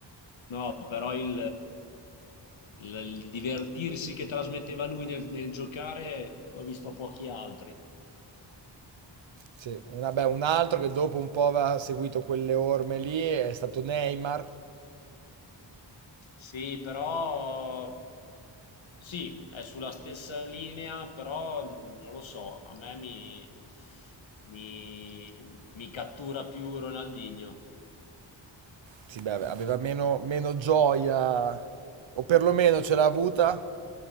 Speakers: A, on the left (about 85°); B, on the right (about 80°).
A: No, però il, il- il divertirsi che trasmetteva lui nel, nel giocare l'ho visto a pochi altri.
B: Sì, una- beh, un altro che dopo un po' aveva seguito quelle orme lì è stato Neymar
A: Sì, però sì, è sulla stessa linea, però mh, non lo so, a me mi, mi- mi cattura più Ronaldinho.
B: Sì, beh, ave- aveva meno, meno gioia, o perlomeno ce l'ha avuta